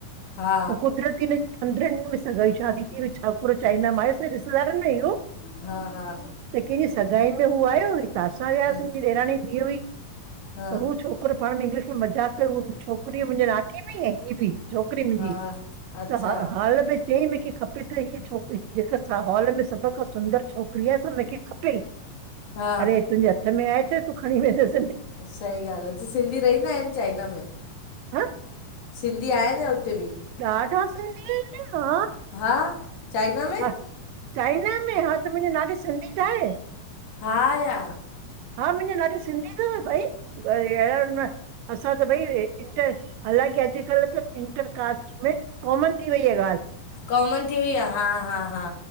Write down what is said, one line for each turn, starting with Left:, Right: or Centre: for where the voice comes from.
Left: हा
Right: न कुदरती पंद्रन ॾीहन में शादी थीई वई छोकरो चाइना मां आयुस ॾिस न इहो
Left: हा हा
Right: त कंहिंजी सगाई में हू आयो त असां वियासीं
Left: ह
Right: मुंहिंजी ॾेरानी जी धीउ हुई त
Left: हा
Right: उ छोकरो पाण में इंग्लिश में मज़ाक करे उ छोकरी मुंहिंजे नाठीअ बि ऐं हीअ बि छोकरी मुंहिंजी
Left: हा अच्छा
Right: हर हाल में चयई मूंखे खपे त हीअ छोकरी जेका असां हॉल में सभ खां सुंदर छोकरी आ सां मूंखे खपे
Left: हा
Right: अरे तुंहिंजे हथ में आहे छा तूं खणी वेंदेस
Left: सही ॻाल आ त सिंधी रहींदा आहिन चाइना में
Right: हा
Left: सिंधी आहे छा उते भी
Right: ॾाडा सिंधी आहिन हा
Left: हा चाइना में?
Right: हा चाइना में हा त मुंहिंजो नाठी सिंधी त आहे
Left: हा
Right: हा मुंहिंजो नाठी सिंधी थव रियल में असां त भई इंटर हालांकी अॼुकल त इंटरकास्ट में कॉमन थी वई आ ॻाल
Left: कॉमन थी वई आ हा हा हा